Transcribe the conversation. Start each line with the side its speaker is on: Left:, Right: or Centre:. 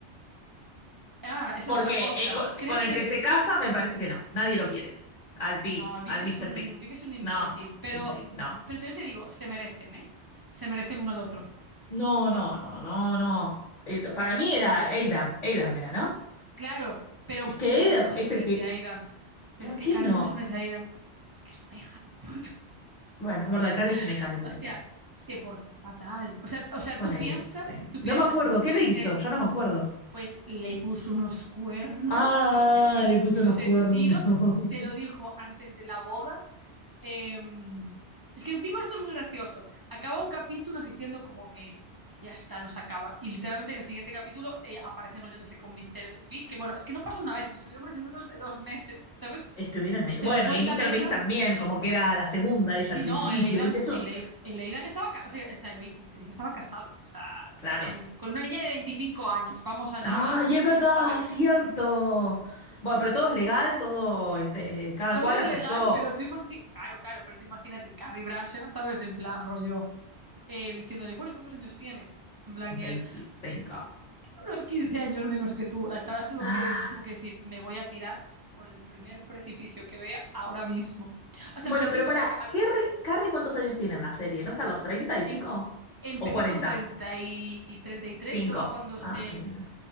Right: Ah, esta
Left: Porque
Right: es una cosa,
Left: eh, co-
Right: creo
Left: con, el
Right: que
Left: que
Right: es...
Left: se casa me parece que no. Nadie lo quiere. Al Pig,
Right: No, Big
Left: al Mr.
Right: es un,
Left: Pig.
Right: Big es un imbécil,
Left: No,
Right: pero,
Left: el Pig, no.
Right: pero también te digo, se merecen, ¿eh? Se merecen uno al otro.
Left: No, no, no, no, no. Eh, para mí
Right: Se
Left: era
Right: merecen...
Left: Adam. Adam era, ¿no?
Right: Claro, pero
Left: Es que
Right: Carrie
Left: Adam
Right: no se
Left: es
Right: merece
Left: el que.
Right: a Aidan. Pero
Left: ¿Por
Right: es que
Left: qué
Right: Carrie
Left: no?
Right: no se merece a Aidan porque es una hija de puta.
Left: Bueno, es verdad, Carrie es una
Right: <laughs>
Left: hija de puta.
Right: Hostia, se portó fatal. O sea, o sea,
Left: Bueno,
Right: tú
Left: ahí-
Right: piensa,
Left: sí.
Right: tú
Left: No
Right: piensa
Left: me acuerdo. ¿Qué le
Right: que
Left: hizo?
Right: se,
Left: Yo no me acuerdo.
Right: pues le puso unos cuernos,
Left: Ah,
Right: pero que sin
Left: le
Right: ningún
Left: puso unos
Right: sentido.
Left: cuernos.
Right: Se lo dijo antes de la boda. Em, es que encima esto es muy gracioso. Acaba un capítulo diciendo como que, que ya está, nos acaba. Y literalmente en el siguiente capítulo eh, aparecen enrollándose con Mr. Big, que bueno, es que no pasa una vez, que estuvieron enrollándonos de dos meses, ¿sabes?
Left: <laughs> Estuvieron ahí.
Right: Se
Left: Bueno,
Right: lo cuenta
Left: y Mr.
Right: a Leidan.
Left: Big también, como que era la segunda ella
Right: Sí,
Left: al principio,
Right: no, el Aidan,
Left: ¿viste eso?
Right: el, Ai- el Aidan estaba, ca- o sea, o sea, el Big- Mr. Big estaba casado, o sea,
Left: Claro.
Right: tremendo. Con una niña de 25 años, vamos a llamar
Left: ¡Ay,
Right: a la policía,
Left: es verdad!
Right: ¿sabes?
Left: ¡Cierto! Bueno, pero todo es legal, todo, este, cada
Right: Todo
Left: cual
Right: es
Left: aceptó
Right: legal, pero tú imagi- claro, claro, pero tú imagínate Carrie Bradshaw, ¿sabes? En plan, rollo. eh, diciéndole, bueno, ¿cuántos años tiene? En plan, y
Left: 25.
Right: él, unos 15 años menos que tú. La chavala se tuvo
Left: Ah.
Right: que, tuvo que decir, me voy a tirar por el primer precipicio que vea ahora mismo. O
Left: Bueno,
Right: sea, pues sí,
Left: pero
Right: pues
Left: para,
Right: al- al-
Left: Carrie, Carrie, ¿cuántos años tiene en la serie? ¿No están los 30 y
Right: em-
Left: pico?
Right: empezó
Left: ¿O cuarenta
Right: con treinta y treinta y tres
Left: cinco
Right: creo que cuando
Left: Ah,
Right: se...
Left: treinta Y tres.